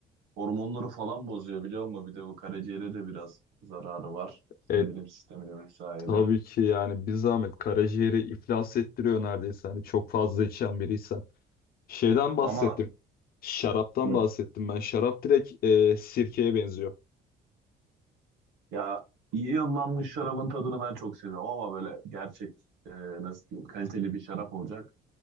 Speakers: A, on the right (about 85°); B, on the left (about 60°).
A: hormonları falan bozuyor biliyor musun? Bir de bu karaciğere de biraz zararı var. Sindirim
B: E,
A: sistemine vesaire.
B: tabii ki yani bir zahmet karaciğeri iflas ettiriyor neredeyse. Hani çok fazla içen biriysen. Şeyden bahsettim.
A: Ama
B: Şaraptan
A: hı,
B: bahsettim ben. Şarap direkt e, sirkeye benziyor.
A: Ya iyi yıllanmış şarabın tadını ben çok seviyorum ama böyle gerçek e, nasıl diyeyim kaliteli bir şarap olacak.